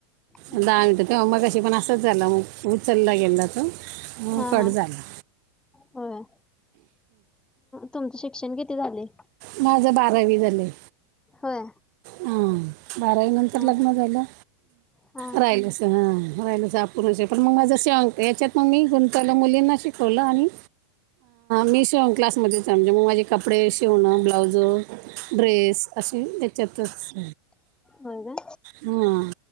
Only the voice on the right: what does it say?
हां
तेव्हा मग कशी पण असंच झालं मग उचलला गेला तो. ह
कट
झाला
माझं बारावी झालंय
हा बारावी नंतर
लग्न झालं.
राहिलच ह राहिलच अूर्ण पण मग शिवण याच्यात मग मी गुंतावल मुलींना शिक ठलं आणि मी शिवण क्लासमध्येच म्हणजे मग माझे कपडे शिवणं ब्लाउज ड्रेस अशी हच्यातच
हम्!